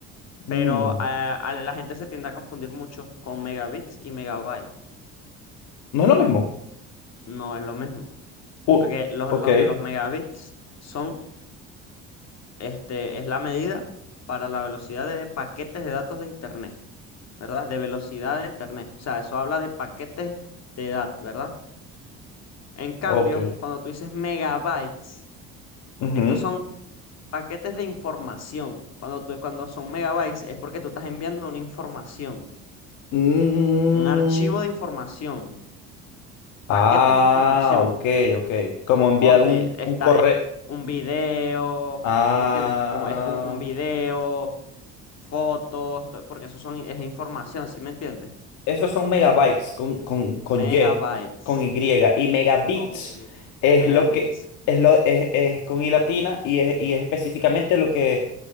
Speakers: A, on the left; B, on the left.
A: Pero
B: Mm,
A: a, a la gente se tiende a confundir mucho con megabits y megabytes.
B: No es lo mismo.
A: No es lo mismo,
B: Uh,
A: porque los,
B: ok,
A: los, los megabits son Este es la medida para la velocidad de paquetes de datos de Internet, ¿verdad? De velocidad de Internet. O sea, eso habla de paquetes de datos, ¿verdad? En cambio,
B: ok.
A: cuando tú dices megabytes,
B: Ujú.
A: estos son paquetes de información. Cuando tú, cuando son megabytes es porque tú estás enviando una información,
B: Mm,
A: un archivo de información,
B: Ah,
A: paquetes de información.
B: ok, ok. Como enviar
A: ponte,
B: un,
A: esta
B: un correo.
A: es un video,
B: Ah,
A: ¿sí me entiendes? Como, es como un video, fotos, to- porque eso son, es información, ¿sí me entiendes?
B: esos son megabytes con, con, con
A: Megabytes
B: Y, con Y. Y megabits
A: con Y,
B: es
A: megabits.
B: lo que es lo es, es con I latina y es, y es específicamente lo que